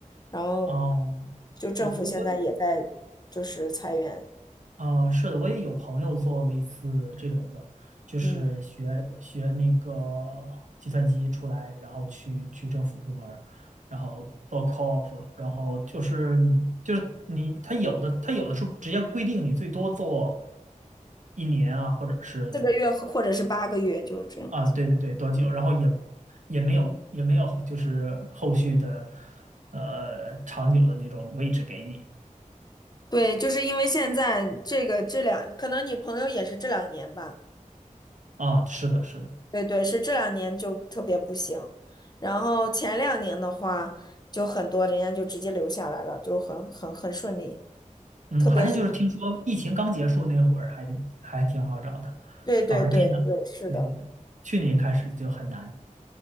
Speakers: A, on the left (about 30°); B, on the right (about 65°).
A: 然后
B: 哦，
A: 就政府现在也在就是裁员，
B: 我我我，啊、是的，我也有朋友做类似这种的，就是学学那个计算机出来，
A: 嗯，
B: 然后去去政府部门儿然后做 co-op，然后就是就是你他有的他有的时候直接规定你最多做一年啊，或者是
A: 四个月或或者是八个月，就是这样。
B: 啊，对对对，多久？然后也也没有也没有就是后续的呃长久的那种位置给你
A: 对，就是因为现在这个这两，可能你朋友也是这两年吧。
B: 啊，是的，是的，
A: 对对，是这两年就特别不行，然后前两年的话，就很多人家就直接留下来了，就很很很顺利，
B: 嗯，
A: 特别是
B: 好像就是听说疫情刚结束那会儿还还挺好找的，
A: 对对对对，
B: 反而这样，
A: 是的，
B: 对对对，去年开始就很难